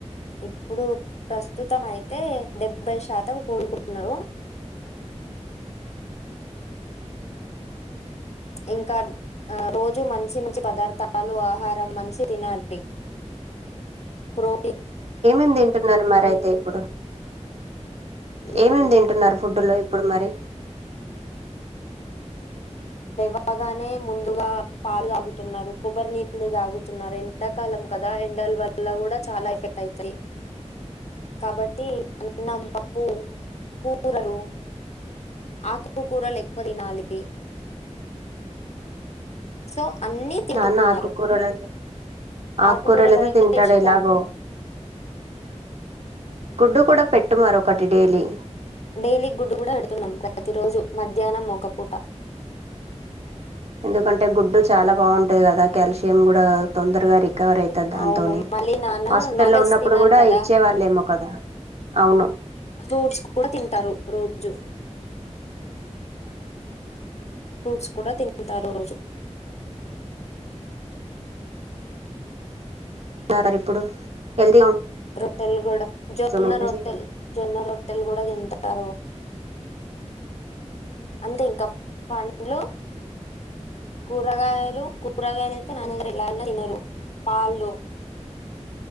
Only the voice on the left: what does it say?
ఇప్పుడు ప్రస్తుతం అయితే డెబ్బై శాతం కోలుకున్నారు ఇంకా ఆ రోజు మంచి మంచి పదార్థాలు ఆహారం మంచి తినాలి ప్రో
ఉమ్,
తప్పగానే ముందుగా పాలు తాగుతు ఉన్నారు కొబ్బరి నీళ్లు తాగుతు ఉన్నారు ఎండాకాలం కదా ఎండా ఎండల్ వల్ల కూడా చాలా ఎఫెక్ట్ అయితయి కాబట్టి అన్నం పప్పు కూరలు ఆకుకూరలు ఎక్కువ తినాలి సో అన్నీ తింటు
ఉన్నారు
ఆకుకూరాలు అయితే
ఇష్టం
డైలీ గుడ్డు కూడా పెడుతున్నాం ప్రతిరోజు మధ్యాహ్నం మొక్కపూట
అవును మళ్ళీ నాన్న
నాన్ వెజ్
తినరు
కదా
ఫ్రూట్స్ కూడా తింటారు రోజు ఫ్రూట్స్ కూడా తింటారు రోజు
రొట్టెల్ కూడా జొన్న
రొట్టెల్ జొన్న రొట్టెల్ కూడా తింటా అంటే ఇంకా పండ్లు కూరగాయలు కూరగాయలైతే నాన్నగ్ర ఎలా తినరు పాళ్ళు